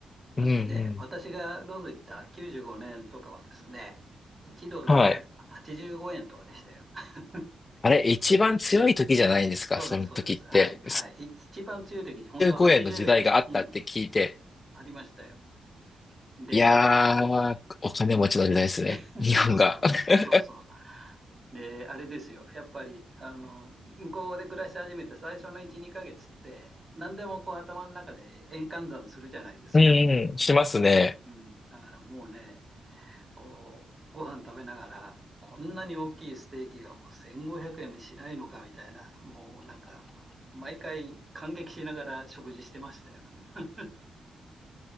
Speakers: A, on the right; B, on the left.
A: だってね、
B: うんう
A: 私がロス行った95年とかはですね、
B: ん。
A: 1ドルがは85円とかでしたよ。
B: はい。
A: <laughs>
B: あれ、一番強い時じゃないですか、
A: そうです、
B: その時って。
A: そうです。はい、はい。い一番強い時、本当は80円、
B: 15円の時代があったって聞いて、
A: うん、ありましたよ。で、
B: いやー、お金持ちの時代ですね。
A: <laughs>
B: <laughs> 日本が。
A: そうそう、
B: <laughs>
A: そうそう。で、あれですよ。やっぱり、あの、向こうで暮らし始めて最初の1、2ヶ月って、何でもこう頭の中で円換算するじゃないですか。
B: うんうん、しますね。
A: うんうん。だからもうね、こう、ご飯食べながら、こんなに大きいステーキがもう1500円もしないのかみたいな、もうなんか、毎回感激しながら食事してましたよ。なんか <laughs>